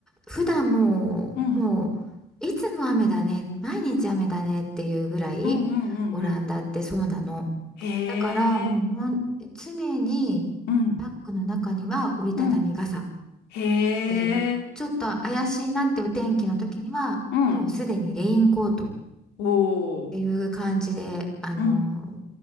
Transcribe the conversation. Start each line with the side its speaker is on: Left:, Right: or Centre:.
Centre: 普段もうも
Left: うん。
Centre: ういつも雨だね毎日雨だねっていうぐらいオランダってそうなの
Left: うんうんうんうん。へ
Centre: だからもうほん常に
Left: え。うん。
Centre: バッグの中には折りたたみ傘
Left: うん。へえ。
Centre: でちょっと怪しいなってお天気の時にはもうすでにレインコートっ
Left: うん。おお。
Centre: ていう感じであのー
Left: うん。